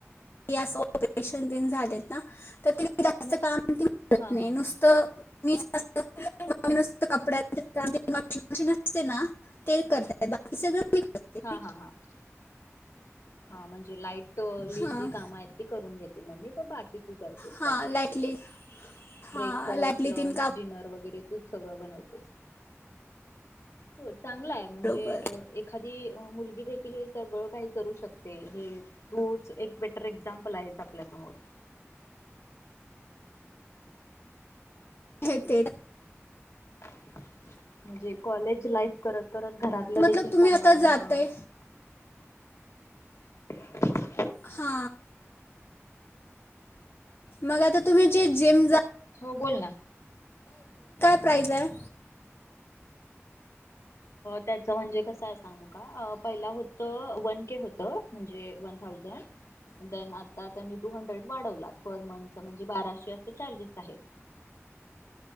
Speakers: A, on the left; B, on the left.
A: आस ऑपरेशन तेन झालेत ना तर ति जास्त काम तेन करत
B: हा
A: नाही
B: हा
A: नुसतं
B: हा
A: मीच मम्मी नुस्त कपड्या वॉशिंग मशीन असते ना ते करतात. बाकी सगळं मी करते
B: हा-हा-हा-हा म्हणजे लाइटली
A: हां
B: जी कामं आहेत ती करून घेते मम्मी पण बाकी तू करतेस
A: हां
B: बाकी सगळं.
A: लाईटली हां
B: ब्रेकफस्ट,
A: लाईटली
B: लंच,
A: तीन काम
B: डिनर वगैरे तूच सगळं बनवतेस? हो चांगलाय म्हणजे
A: बरोबर
B: अ एक मुलगी देखील हे सगळं काही करू शकते. हे तूच एक बेटर एक्झामपल आहेस आपल्या समोर.
A: हे ते
B: म्हणजे कॉलेज लाईफ करत करत घरातलं
A: मतलब
B: देखील
A: तुम्ही
B: सांभाळणं
A: आता जाताय
B: <inaudible>
A: हा मग आता तुम्ही जे जिम
B: हो बोल ना
A: <unintelligible> प्राईज हाय?
B: त्याच म्हणजे कसंय सांगू का? आ पहिला होत वन के होत म्हणजे वन थाऊजंड देन आता त्यांनी टू हंड्रेड वाढवला पर मंथचं बाराशे अस चार्जेस आहेत.